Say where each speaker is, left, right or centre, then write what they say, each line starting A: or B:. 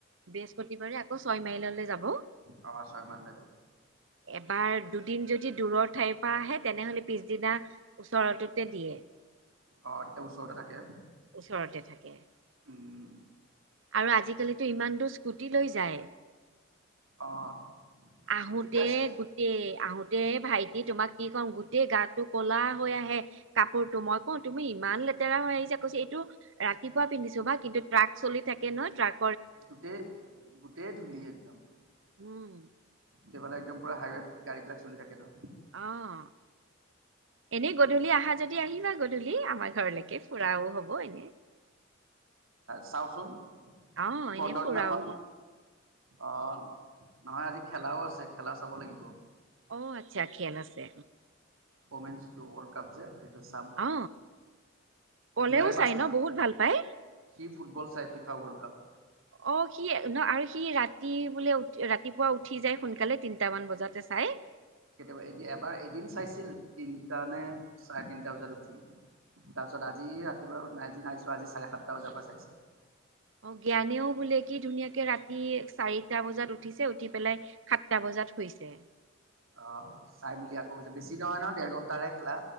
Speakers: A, on the right; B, on the right.
A: বৃহস্পতিবাৰে আকৌ ছয় মাইললৈ যাব।
B: অহ ছয় মাইললৈ যাব।
A: এবাৰ দুদিন যদি দূৰৰ ঠাইৰ পৰা আহে তেনেহ'লে পিছদিনা ওচৰৰটোতে দিয়ে।
B: অ', তেতিয়া ওচৰতে থাকে?
A: ওচৰতে থাকে।
B: উম।
A: আৰু আজিকালিতো ইমান দূৰ স্কুটি লৈ যায়।
B: অ'।
A: আহোঁতে
B: ঠিকে আছে
A: গোট দে আহোঁতে ভাইটি তোমাক কি ক'ম গোটেই গাটো ক'লা হৈ আহে। কাপোৰটো মই কওঁ তুমি ইমান লেতেৰা হৈ আহিছা কৈছে এইটো ৰাতিপুৱা পিন্ধিছো বাকিন্তু ট্ৰাক চলি থাকে ন ট্ৰাক
B: গোটেই গোটেই ধূলি একদম।
A: উম।
B: সিফালে একদম পূৰা হাইৱেত গাড়ীবিলাক চলি থাকে নহয়।
A: অ'। এনেই গধূলি আহা যদি আহিবা গধূলি আমাৰ ঘৰলৈকে ফুৰাও হব এনে। <inaudible>
B: চাওঁচোন
A: অ এনে
B: বন্ধৰ
A: ফুৰাও
B: দিনাখন অ', নহয় আজি খেলাও আছে খেলা চাব লাগিব।
A: অঁ', আচ্ছা খেল আছে।
B: অমেঞ্চ ৱৰ্ল্ড কাপ যে সেইটো চাম।
A: অ পলেও
B: জুলাইৰ
A: চাই
B: পাঁচ সি
A: ন বহুত ভাল পায়
B: ফুটবল চাই ফিফা ৱৰ্ল্ড কাপ।
A: <inaudible> অঁ', সি ন আৰু সি ৰাতি বোলে উঠ ৰাতিপুৱা উঠি যায় সোনকালে তিনিটামান বজাতে চাই।
B: কেতিয়াবা এদিন এবাৰ এদিন চাইছিল তিনটা নে চাৰে তিনটা বজাত উঠি। তাৰপিছত আজি
A: অ
B: ৰাতিপুৱাজি নাইছো আজি চাৰে সাতটা বজাৰ পৰা চাইছে।
A: অ', জ্ঞানেও বোলে কি ধুনীয়াকে ৰাতি চাৰিটা বজাত উঠিছে উঠি পেলাই সাতটা বজাত শুইছে।
B: অ', চাই মেলি আকৌ বেছি নহয় নহয় দেৰ ঘণ্টাৰে খেলা।